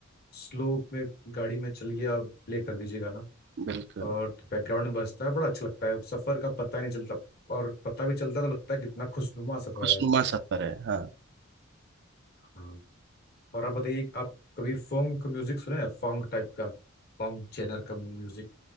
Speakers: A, on the left (about 50°); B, on the right (about 55°).
A: स्लो में गाड़ी में चलिए और प्ले कर दीजिए गाना
B: बिल्कुल
A: और बैकग्राउंड में बजता है बड़ा अच्छा लगता है सफर का पता नहीं चलता और पता भी चलता तो लगता है कितना खुशनुमा सफर
B: खुशनुमा
A: है
B: सफर है हाँ
A: हाँ और आप बताइए कि आप कभी फोंग का म्यूजिक सुने हैं फोंग टाइप का फोंग जेनर का म्यूजिक